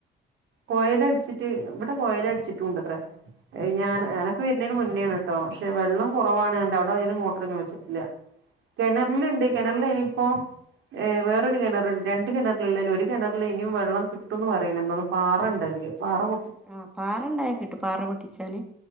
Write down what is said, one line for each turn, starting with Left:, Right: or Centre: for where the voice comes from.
Right: കൊയലടിച്ചിട്ട് ഇവിടെ കൊയല് അടിച്ചിട്ടുംണ്ട്ത്രേ. ഞാൻ
Centre: ഉണ്ടല്ലേ
Right: അങ്ങനെ- ഞാൻവരുന്നേന് മുന്നേണ് ട്ടോ. പക്ഷെ വെള്ളം കുറവാണ്. അവിടെതില് മോട്ടറൊന്നും വെച്ചിട്ടില്ല. കിണറില്ണ്ട്. കിണറിലയിനിപ്പോ. ഏ. വേറൊരു കിണറ്ണ്ട്. രണ്ട് കിണറൽള്ളേിൽ ഒരു കിണറിൽ ഇനിയും വെള്ളം കിട്ടുംന്ന് പറയുന്നുണ്ട്. പാറണ്ടയില്. പാറ -
Centre: ആഹ് പാറണ്ടായ കിട്ടും. പാറ പൊട്ടിച്ചല്